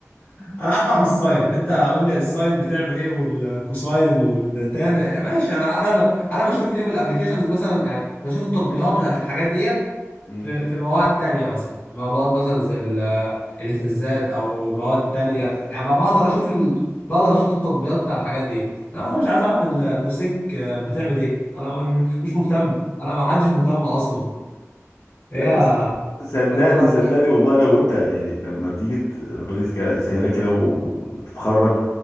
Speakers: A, on the left; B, on the left.
A: انا عارف اعرف الساين انت قول لي الساين بتعمل ايه والكوساين والتان ماشي انا انا ب... انا بشوف ليهم الابلكيشنز مثلا يعني بشوف التطبيقات بتاعت الحاجات ديت
B: مم.
A: في في مواد تانية مثلا مواد مثلا زي ال- الاهتزازات او مواد تانية
B: بس
A: يعني بقدر
B: اه
A: اشوف ال... بقدر اشوف التطبيقات بتاع الحاجات دي لا
B: اه
A: انا مش عايز اعرف الكوسيك بتعمل ايه انا مش مهتم انا ما حدش مهتم اصلا
B: لا
A: هي
B: بس صدقني
A: ماده برد
B: صدقني والله لو انت يعني لما تيجي ت- ربنا يسك- يسهلك كده وتتخرج